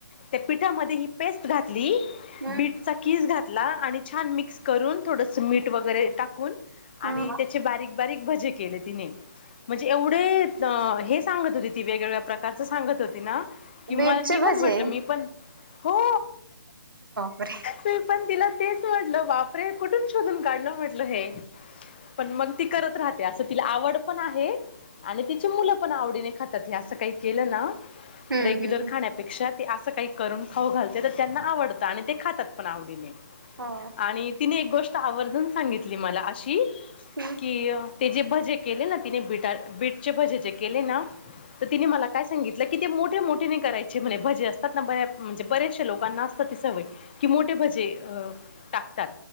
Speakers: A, on the left; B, on the right.
A: त्या पिठामध्ये ही पेस्ट घातली
B: हम्म
A: बीटचा कीस घातला आणि छान मिक्स करून थोडस मीठ वगैरे टाकून आणि
B: ह
A: त्याचे बारीक बारीक भजे केले तिने म्हणजे एवढे हे सांगत होती ती वेगवेगळ्या प्रकारच सांगत होती ना. किंवा
B: बीटचे
A: मी
B: भजे
A: पण म्हटलं मी पण हो.
B: पर
A: मी पण तिला तेच म्हटलं वापरे कुठून शोधून काढलं म्हटल हे पण मग ती करत राहते असं तिला आवड पण आहे आणि तिची मुलं पण आवडीने खातात हे असं काही केलं ना
B: हम्म
A: रेग्युलर
B: हम्म
A: खाण्यापेक्षा ते असं काही करून खाऊ घालते तर त्यांना आवडतं आणि ते खातात पण आवडीने
B: हो
A: आणि तिने एक गोष्ट आवर्जून सांगितली मला अशी
B: हम्म
A: कि ते जे भजे केले ना तिने बीटा बीटचे भजे जे केले ना तर तिने मला ित क मोठे मोठे कय म्ह भजे असतात बे ब्याच लोकांना असतात सय कि मोठे भजे अ टाकतात